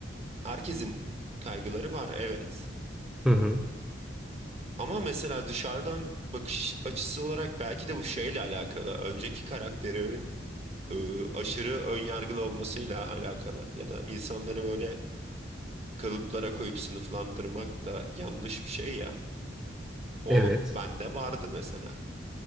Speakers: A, on the right; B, in the centre.
A: Herkesin kaygıları var evet.
B: Hı hı.
A: Ama mesela dışarıdan bakış açısı olarak belki de bu şeyle alakalı. Önceki karakterimin e, aşırı önyargılı olmasıyla alakalı. Ya da insanları böyle kalıplara koyup sınıflandırmak da yanlış bir şey ya. O
B: Evet.
A: bende vardı mesela.